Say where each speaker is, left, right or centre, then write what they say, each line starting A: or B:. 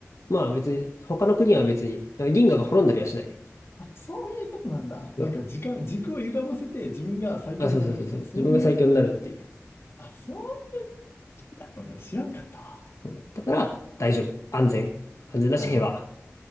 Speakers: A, on the left; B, on the left.
A: まあ別に、
B: あ、
A: 他の国は別に、銀河が滅んだりはしない。
B: あ、そういうことなんだ。
A: そう
B: なんか時間、軸を歪ませて自分が最強になるみたいな、
A: あ、そうそうそうそう、
B: そういう、
A: 自分が最強になるっていう。
B: あ、そうやったんだね。知らんかった
A: うんだから、大丈夫。安全。安全だし、
B: なるほど。
A: 平和。